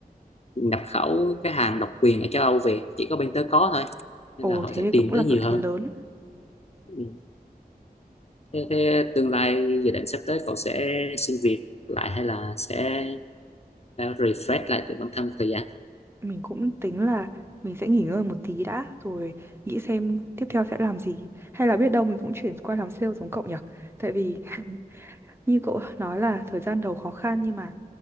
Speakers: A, on the left; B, on the right.
A: nhập khẩu cái hàng độc quyền ở châu Âu về chỉ có bên tớ có thôi nên
B: Ồ
A: là họ
B: thế
A: sẽ tìm
B: thì cũng
A: tới
B: là
A: nhiều
B: lợi thế
A: hơn
B: lớn.
A: ừ. thế, thế tương lai dự định sắp tới cậu sẽ xin việc lại hay là sẽ ờ, refresh lại từ bản thân thời gian
B: Mình cũng tính là mình sẽ nghỉ ngơi một tí đã rồi nghĩ xem tiếp theo sẽ làm gì. Hay là biết đâu mình cũng chuyển qua làm sale giống cậu nhỉ? Tại vì như cậu nói là thời gian đầu khó khăn nhưng mà